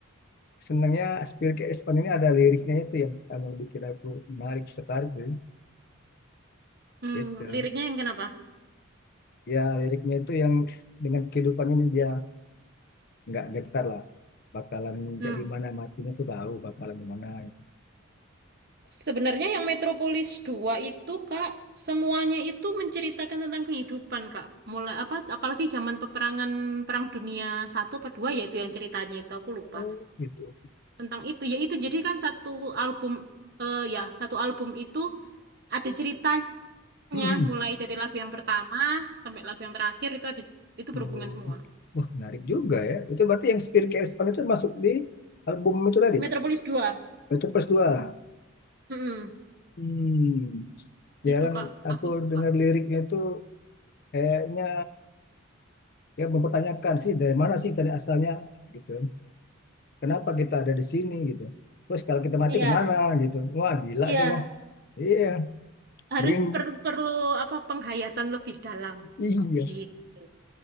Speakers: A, on the left (about 45°); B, on the right (about 50°).
A: senangnya Spill Carries On ini ada liriknya itu yang kalau bikin aku menarik tertarik sih
B: Hmm,
A: gitu
B: liriknya yang kenapa?
A: ya liriknya itu yang dengan kehidupan ini dia nggak getar lah bakalan
B: Hmm.
A: kayak gimana matinya tuh tahu bakalan gimana gitu
B: Sebenarnya yang Metropolis dua itu Kak, semuanya itu menceritakan tentang kehidupan Kak. Mulai apa apalagi zaman peperangan Perang Dunia satu apa dua yaitu yang ceritanya itu aku lupa.
A: oh gitu
B: Tentang itu ya itu jadi kan satu album eh, ya satu album itu ada ceritanya
A: Mm-mm.
B: mulai dari lagu yang pertama sampai lagu yang terakhir itu ada itu berhubungan
A: Oh,
B: semua.
A: wah menarik juga ya itu berarti yang Spill Carries On itu masuk di album itu tadi
B: Metropolis dua
A: Metropolis 2
B: Mm-mm.
A: hmm ya
B: Itu
A: kan
B: Kak,
A: aku
B: aku suka.
A: dengar liriknya itu kayaknya ya mempertanyakan sih dari mana sih tadi asalnya gitu kenapa kita ada di sini gitu terus kalau kita mati
B: Iya,
A: kemana gitu wah gila
B: iya.
A: itu wah iya
B: harus
A: berin.
B: per- perlu apa penghayatan lebih dalam
A: iya
B: gitu.